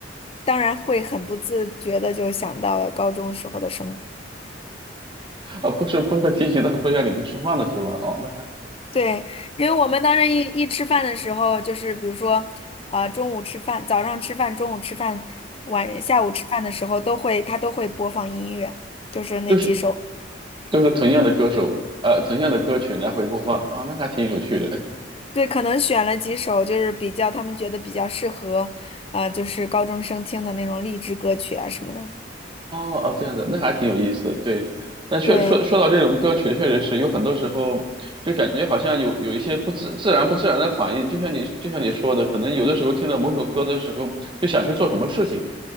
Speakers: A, on the left; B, on the right.
A: 当然会很不自觉的就想到了高中时候的生活。
B: 啊，不是不是提醒他说一下你去吃饭了是吧？哦，那还
A: 对，因为我们当时一一吃饭的时候，就是比如说，呃，中午吃饭、早上吃饭、中午吃饭、晚下午吃饭的时候，都会他都会播放音乐，就是那几首。
B: 就是就是同样的歌手，呃，同样的歌曲来回播放，啊、那还挺有趣的。
A: 对，可能选了几首，就是比较他们觉得比较适合，呃，就是高中生听的那种励志歌曲啊什么的。
B: 哦哦，这样子，那还挺有意思的。对，那确说说到这种歌曲，
A: 对，
B: 确实是有很多时候就感觉好像有有一些不自自然不自然的反应，就像你就像你说的，可能有的时候听到某首歌的时候，就想去做什么事情。